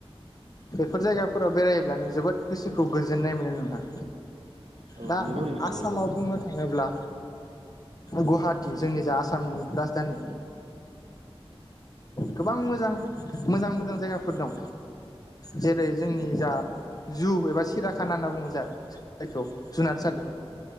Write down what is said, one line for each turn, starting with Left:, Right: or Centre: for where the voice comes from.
Left: बेफोर जायगाफोराव बेरायब्लानो जोबोद गोसोखौ गोजोननाय मोनो नोंथां।
Right: औ
Left: दा
Right: नंगौ नोंथां
Left: आसामाव
Right: नंगौ
Left: बुंनो थाङोब्ला गुवाहाटि जोंनि जा आसामनि राजधानि, गोबां मोजां मोजां मोजां जायगाफोर दं जेरै जोंनि जा जु एबा सिराखाना होनना बुङो जाय जायखौ जुनारसालि